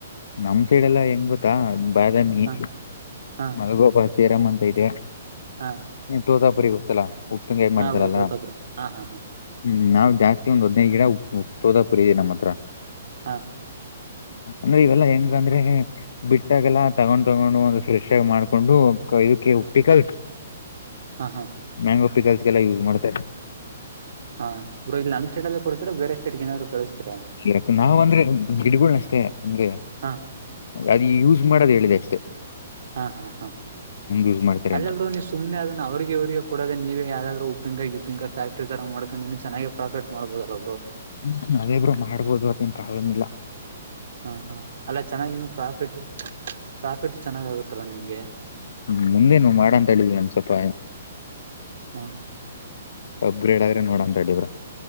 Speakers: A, on the left; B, on the right.
A: ನಮ್ ಸೈಡೆಲ್ಲಾ ಹೆಂಗುತ್ತಾ ಬಾದಾಮಿ
B: ಹ ಹಾ
A: ಮಲ್ಗೋಬ ಸೀರಾಮ್ ಅಂತ ಇದೆ
B: ಹಾ
A: ತೋತಾಪುರಿ ಗೊತ್ತಲ್ಲಾ ಉಪ್ಪಿನಕಾಯಿ ಮಾಡ್ತಾರಲ್ಲ
B: ಹಾ ಬ್ರೋ ತೋತಬ್ರಿ ಹಾ ಹಾ ಹಾ
A: ಹ್ಮ್ ನಾವವು ಜಾಸ್ತಿ ಒಂದ್ ಹದ್ನೈದು ಗಿಡ ಉಪ್ಪ ಉಪ್ಪ ಸೋದಾಪುರಿದೆ ನಮ್ಮ ಹತ್ರ
B: ಹಾ
A: ಅಂದ್ರೆ ಇವೆಲ್ಲಾ ಹೆಂಗ ಅಂದ್ರೆ ಬಿಟ್ಟಾಗೆಲ್ಲ ತಗೊಂಡ್ ತಗೊಂಡು ಒಂದ ಫ್ರೆಶ್ ಆಗಿ ಮಾಡ್ಕೊಂಡು ಇದಕ್ಕೆ ಉಪ್ಪಿ ಕಲ್
B: ಹಾ ಹಾ
A: ಮಂಗ ಲ್ಲ್ಲ ಯೂಸ್ ಮಾಡ್ತಾರೆ
B: ಹಾ ಇಬ್ರು ಇಲ್ಲಿ ನಮ್ ಸ್ಟೈಡ್ಲ್ಲ ಕೊಡ್ತತಿರ ಬೇರೆ ಸ್ಟೈಡ್ ಏನ್ರು ಕಳಿಸ್ತೀಾ
A: ಇರಕ ನಾವವು ಅಂದ್ರೆ ಗಿಡಗಳ ಅಷ್ಟೇ ಅಂದ್ರೆ
B: ಹಾ
A: ಅದ ಯೂಸ್ ಮಾಡದು ಹೇಳಿದೆ ಅಷ್ಟೆ
B: ಹಾ ಹಾ ಹಾ
A: ಯೂಸ್ ಮಾಡ್ತಾರೆ
B: ಅಲ್ಲಬ್್ರರು
A: ಅಂತ
B: ನೀವು ಸುಮ್ಮನೆ ಅದನ್ನ ಅವ್ರಿಗೆ ಇವ್ರಿಗೆ ಕೊಡೋದ ನೀವ ಯಾವ್ದಾದ್ರು ಿಂಗ ಗಿಂಗ ಫ್ಯಾಕ್ಟಿ ತರ ಮಾಡ್ಕೊಂಡ ನೀನು ಚೆನ್ನಾಗಿ ಪ್ರಾಫಿಟ್ ಮಾಡಬೋದಲ್ಲ
A: ಹ್ಮ ಅದೇಬ್ರು ಮಾಡ್ಬೋದು ಅತ್ತೇನ್ ಪ್ರಾಬ್ಲಮ್ ಇಲ್ಲಾ
B: ಹಾ ಹಾ ಅಲ್ಲ ಚೆನ್ನಾಗಿನ್ನು ಪ್ರಾಫಿಟ್ ಪ್ರಾಫಿಟ್ ಚೆನ್ನಾಗ್ ಆಗುತ್ತಲ್ಲ ನಿಮ್ಗೆ
A: ಹ್ಮ್ ಮುಂದೆನು ಮಾಡ ಅಂತ ಹೇಳಿದವಿ ಒಂದ್ ಸ್ವಲ್ಪ
B: ಹಾ
A: ಅಪ್ಗ್ರೇಡ್ ಆದ್ರೆ ನೋಡ ಅಂತ ಅಡಿವ್ರರು